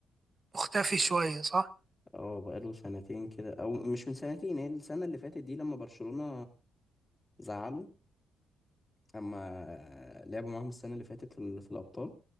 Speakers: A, on the right; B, on the left.
A: مختفي شويه صح
B: اه بقاله سنتين كده او مش من سنتين هي السنة اللي فاتت دي لما برشلونة زعلوا اما لعبوا معاهم السنة اللي فاتت في, ال- في الابطال